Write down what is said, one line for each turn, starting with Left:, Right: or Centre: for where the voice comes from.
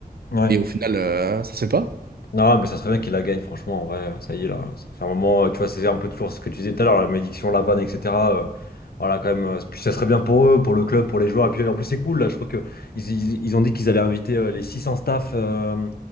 Left: Ouais.
Right: mais au final, euh, ça se fait pas.
Left: Non, mais ça serait bien qu'il la gagne, franchement, en vrai, ça y est, là, ça fait un moment, tu vois, c'est un peu toujours ce que tu disais tout à l'heure, la malédiction, la vanne, etc., euh, voilà, quand même, euh, puis ça serait bien pour eux, pour le club, pour les joueurs, et puis en plus, c'est cool, là, je crois que ils, ils- ils ont dit qu'ils allaient inviter euh, les 600 staff euh,